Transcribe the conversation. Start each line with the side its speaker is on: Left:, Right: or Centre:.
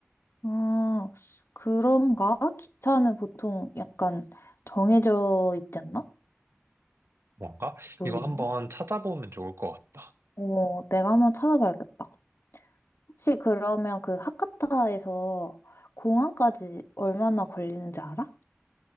Left: 아, 그런가? 기차는 보통 약간 정해져 있지 않나?
Right: 뭔가?
Left: 모르겠네.
Right: 이거 한번 찾아보면 좋을 것 같다.
Left: 어, 내가 한번 찾아봐야겠다. 혹시 그러면 그 하카타에서 공항까지 얼마나 걸리는지 알아?